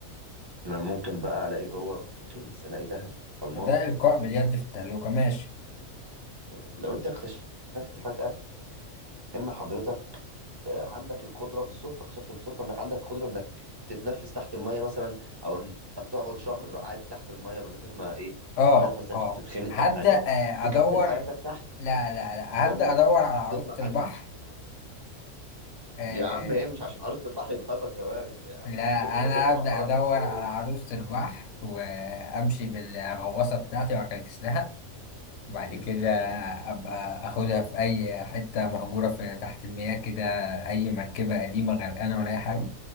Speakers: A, on the right (about 25°); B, on the left (about 70°).
A: أنا ممكن بقى الاقي جوه كنز الاقي ذهب الماس
B: ده إلقاء باليد في التهلوكة ماشي
A: تمام لو انت اكتشفت فجاه ان حضرتك آه، عندك القدره بالصدفه اكتشفت بالصدفه انك عندك قدره انك تتنفس تحت الميه مثلا او انك تقعد شهر عادي تحت الميه من غير ما ايه
B: اه
A: نفسك
B: اه
A: تتخنق
B: هبدأ
A: او حاجه
B: آه،
A: تكمل
B: أدور
A: حياتك تحت
B: لا لا لا
A: ولا
B: هبدأ أدور على عروسة
A: تطلع
B: البحر
A: عادي
B: آه آه.
A: يا عم هي مش عشان عروسة البحر يبقى طالبة الجواز يا عم
B: لا
A: ممكن تبقى
B: أنا
A: ست
B: هبدأ
A: محترمة
B: أدور
A: وتتجوز
B: على عروسة البحر وأمشي بالغواصة بتاعتي وأكلكس لها وبعد
A: امم
B: كده أبقى أخدها في أي حتة مهجورة في تحت المياه كده أي مركبة قديمة غرقانة ولا أي حاجة
A: تمام.